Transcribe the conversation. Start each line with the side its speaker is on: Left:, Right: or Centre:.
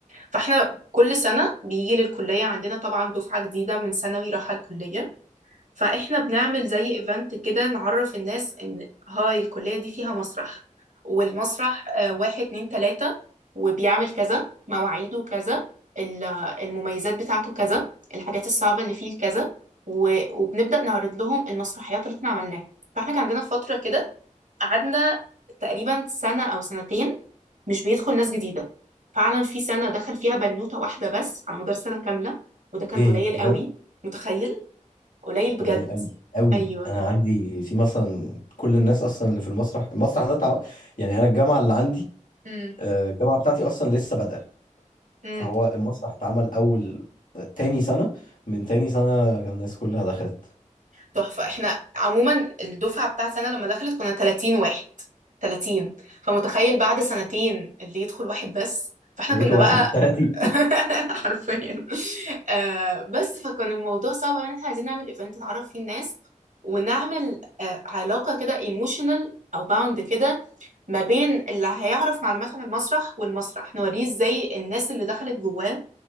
Right: فاحنا كل سنة بيجي للكلية عندنا طبعا دفعة جديدة من ثانوي رايحة الكلية فاحنا بنعمل زي ايفنت كده نعرف الناس ان هاي الكلية دي فيها مسرح والمسرح آه، واحد اتنين تلاتة وبيعمل كذا مواعيده كذا ال- المميزات بتاعته كذا الحاجات الصعبة اللي فيه كذا و- وبنبدأ نعرض لهم المسرحيات اللي احنا عملناها فاحنا كان عندنا فترة كده قعدنا تقريبا سنة أو سنتين مش بيدخل ناس جديدة فعلا في سنة دخل فيها بنوتة واحدة بس على مدار سنة كاملة وده كان
Left: إيه
Right: قليل
Left: بجد
Right: قوي متخيل قليل
Left: قليل
Right: بجد
Left: قوي قوي
Right: ايوه
Left: انا عندي في مثلا كل الناس اصلا اللي في المسرح المسرح ده تع... يعني انا الجامعه اللي عندي
Right: امم
Left: آه، الجامعه بتاعتي اصلا لسه بادئه
Right: امم
Left: فهو المسرح اتعمل اول تاني سنه من تاني سنه الناس كلها دخلت
Right: تحفة احنا عموما الدفعة بتاعتي انا لما دخلت كنا 30 واحد 30 فمتخيل بعد سنتين اللي يدخل واحد بس فاحنا
Left: بقيته
Right: كنا
Left: واحد
Right: بقى
Left: وثلاثين
Right: <laughs> حرفيا آه بس فكان الموضوع صعب أوي، ان احنا عايزين نعمل ايفنت نعرف فيه الناس ونعمل آه علاقة كده ايموشنال او باوند كده ما بين اللي هيعرف معلومات عن المسرح والمسرح نوريه ازاي الناس اللي دخلت جواه